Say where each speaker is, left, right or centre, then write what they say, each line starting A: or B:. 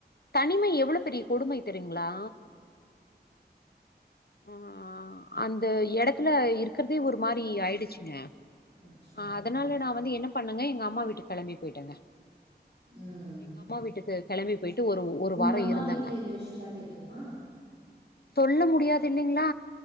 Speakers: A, on the left; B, on the right.
A: தனிமை எவ்ளோ பெரிய கொடுமை தெரியுங்களா ஆ அந்த இடத்துல இருக்கிறதே ஒரு மாரி ஆயிடுசுங்க
B: அச்சோ
A: அ அதனால நா வந்து என்ன பண்ணோங்க எங்க அம்மா வீட்டுக்கு கெளம்பி போயிட்டேனுங்க
B: ம்
A: எங்க அம்மா வீட்டுக்கு கெளம்பி போயிட்டு ஒரு ஒரு
B: உங்க
A: வாரோ
B: அம்மா
A: இருந்தோங்க
B: வீட்ல இந்த விஷயல்லா தெரியுமா
A: தொல்ல முடியாது இல்லிங்ளா